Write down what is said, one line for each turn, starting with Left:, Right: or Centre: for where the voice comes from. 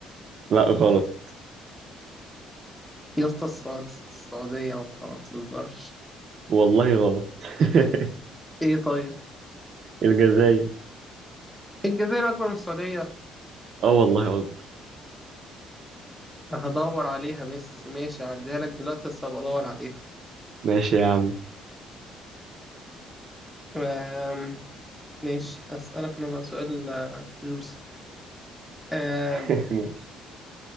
Right: لا غلط
Centre: يا اسطى السع- السعودية ما تهزرش
Right: والله غلط <laughs>
Centre: إيه طيب؟
Right: الجزائر
Centre: الجزائر أكبر من السعودية
Right: اه والله اكبر
Centre: هدور عليها مس ماشي هعديها لك دلوقتي بس هبقى ادور عليها
Right: ماشي يا عم
Centre: أم... ماشي اسألك انا بقى سؤال آه، جوسي أم...
Right: <laughs> ماشي.